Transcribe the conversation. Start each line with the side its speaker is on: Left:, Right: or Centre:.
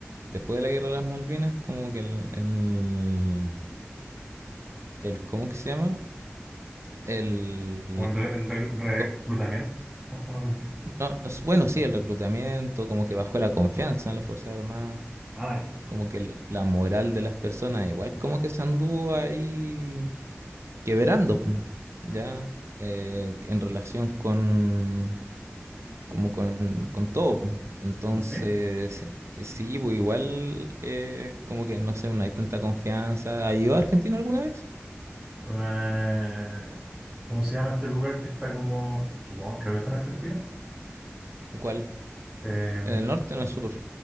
Right: después de la guerra de las Malvinas, como que el, el, el ¿cómo que se llama? El,
Centre: O el, re- el re- reclutamiento,
Right: no,
Centre: ¿no? Una cosa así.
Right: no, bueno, sí, el reclutamiento, como que bajó la confianza en las Fuerzas Armadas,
Centre: Ah, ya.
Right: como que la, la moral de las personas, igual como que se anduvo ahí quebrando, ya, eh, en relación con, como con, con todo. Entonces,
Centre: Ve,
Right: eh, sí, pues igual, eh, como que no sé, no hay tanta confianza. ¿Ha ido a Argentina alguna vez?
Centre: eh, ¿cómo se llama este lugar que está como, supongo, creo que está en Argentina?
Right: ¿Cuál?
Centre: Eh,
Right: ¿En el norte o en el sur?